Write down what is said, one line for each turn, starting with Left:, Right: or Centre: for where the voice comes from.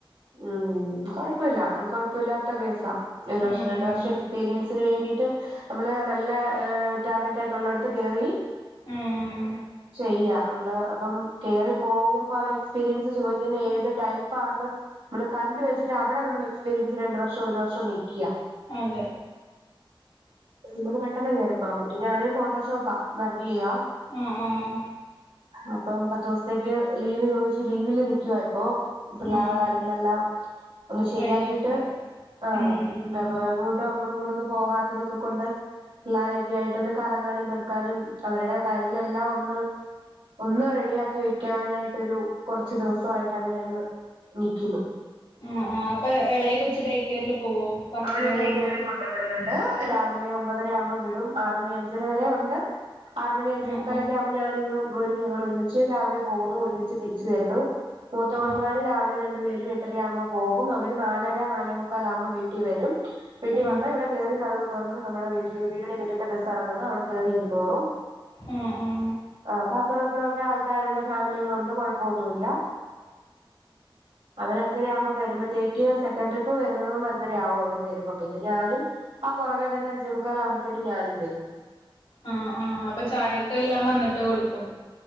Right: ഉം കൊഴപ്പമില്ല അതൊന്നും കൊഴപ്പില്ലാത്ത കേസാ ഒരു വർഷം
Left: ആഹ്
Right: രണ്ട് വർഷം എക്സ്പീരിയൻസിന് വേണ്ടിയിട്ട് നമ്മള് നല്ല് ടാർഗറ്റായിട്ടുള്ളിടത്ത് കയറി
Left: ആഹ്
Right: ചെയ്യ നമ്മള് അപ്പം കേറി പോകുമ്പോ അവര് എക്സ്പീരിയൻസ് ചോയ്ക്കുന്ന ഏത് ടൈപ്പന്ന് നമ്മള് കണ്ട വെച്ചിട് അവിടെ നമ്മൾ എക്സ്പീരിയൻസ് രണ്ട വർഷം ഒരു വർഷം വെക്ക്യ
Left: അതെ
Right: നമുക്ക് പെട്ടെന്ന് കയറി പോവാൻ പറ്റും ഞാനൊരു ഫോട്ടോഷോപ്പാ വർഗ ചെയ്യാം
Left: ഏഹ് ഏഹ്
Right: അപ്പം പത്തു ദിവസത്തേക്ക് ലീവ് ചോദിച്ച് ലീവില് നിക്കുവാ ഇപ്പോ പിള്ളേർ
Left: ആഹ്
Right: കാര്യങ്ങളെല്ലാം
Left: ആഹ്
Right: ഒന്ന് ശരിയാക്കീട്ട്
Left: റെഡിയാക്കണം
Right: ആഹ്
Left: ഉം
Right: അങ്ങോട്ടും കൂട്ടൊന്നും പോകാത്തതൊക്കെ കൊണ്ട് പിള്ളരെയൊക്കെ ആയിട്ടൊന്ന് റങ്ങാനും വെറുക്കാനും അവരുടെ കാര്യങ്ങളെല്ലാം ഒന്ന് ഒന്ന് റെഡിയാക്കി വെക്കാനായിട്ടൊരു കുറച്ച് ദിവസയിട്ട് അങ്ങനെ അങ്ങ് നിക്കുന്നു
Left: ആഹ് ആഹ് അപ്പൊ ഇളയെ കൊച്ച് ഡേക്കയറിൽ പോവോ വർക്കിന്
Right: അവള ടെ
Left: പോകുമ്പോ
Right: കെയറിൽ കൊണ്ടു വിടുന്നുണ്ട് രാവിലെ ഒമ്പതര ആവുമ്പോം വിടും ആറുമണി അഞ്ചര വരെ ഉണ്ട് ആറുമണി അഞ്ച
Left: ആ
Right: മുക്കാലൊക്കെ
Left: ആ
Right: ആകുമ്പോ ഞാനി ഒരുമ ഞങ്ങൾ ഒരുമിച്ച് രാവിലെ പോകുന്നു ഒരുമിച്ച് തിരിച്ചു വരുന്നു മൂത്തോളുമാര്
Left: ആ
Right: രാവിലെ രണ്ടു പേരും എട്ടര ആവുമ്പോ പോകും അവര് നാലര നാലേ മുക്കാൽ ആകുമ്പോൾ വീട്ടിൽ വരും പിടി
Left: ആ ആ
Right: വന്നാ ഇവിടെ കേറി കഥവ് തുറന്ന് നമ്മുടെ വീട്ടില് വീടിനെ മിറ്റുത്തെ ബസ് ഇറങ്ങുന്ന് അവിടെ കയറിയിരുന്നോളൂ
Left: ഏഹ് ഏഹ്
Right: ആഹ് അപ്പൊറം ഇപ്പറൊക്കെ ആൾക്കാരുണ്ട് ഫാമിലികളുണ്ട് കുഴപ്പോന്നുല്ല അവരഞ്ചര ആവുമ്പോ വരുമ്പോത്തേക്ക് സെക്കൻഡ് ട്രിപ്പ് വരുന്നത് കൊണ്ട് അഞ്ചര ആവും അവര് വരുമ്പോ പിന്നെ ഞാനും ആ പുറകെ തന്നെ അഞ്ചേ മുക്കാലകുമ്പോത്തന്ന ഞാനും വരും
Left: ആഹ് ആഹ് അപ്പൊ ചായൊക്കെല്ലാം വന്നിട്ട് കൊടുക്കും